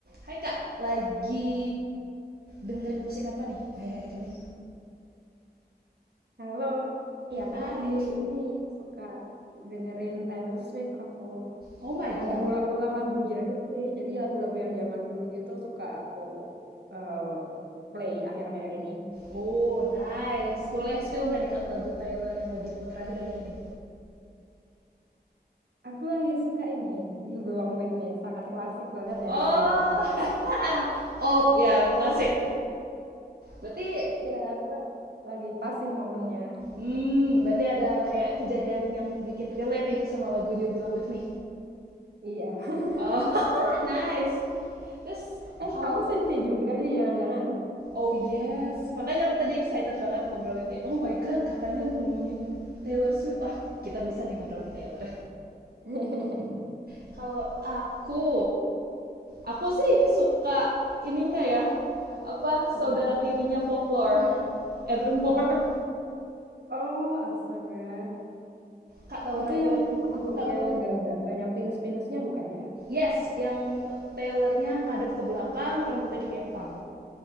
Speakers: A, on the right; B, on the right.
A: Hai Kak, lagi dengerin musik apa nih akhir-akhir ini?
B: Halo, iya aku
A: Hai.
B: lagi ini suka dengerin Taylor Swift aku.
A: Oh my god.
B: Lagi ngulang-ulang lagu jadul sih, jadi lagu-lagu yang zaman dulu gitu suka aku eh, play akhir-akhir ini.
A: Oh, nice. Boleh spill nggak nih Kak lagu Tyler yang lagi diputar akhir-akhir ini?
B: Aku lagi suka ini, You Belong With Me, sangat klasik banget
A: Oh.
B: ya lagu jadul.
A: <laughs> oh, ya klasik. Berarti
B: Iya, cuma lagi pas sih momennya.
A: hmm, berarti ada kayak kejadian yang bikin relate nih sama lagu You Belong With Me.
B: Iya. <laughs>
A: Oh, <laughs> nice. Terus
B: Eh,
A: kalau
B: kamu Swiftie juga nih jangan-jangan.
A: Oh yes, makanya aku tadi excited banget ngobrolin kayak, "Oh my god, Kakaknya ngomongin Taylor Swift. Wah, kita bisa nih ngobrolin Taylor."
B: <laughs>
A: <laughs> Kalau aku, aku sih suka ininya ya, apa, saudara
B: Mm.
A: tirinya Folklore, <laughs> Evermore.
B: Oh, astaga.
A: Kak tahu
B: Itu
A: Right
B: yang
A: Where,
B: albumnya
A: tahu
B: gambar banyak pinus-pinusnya bukan ya?
A: Yes, yang Taylornya ngadep ke belakang, rambutnya dikepang.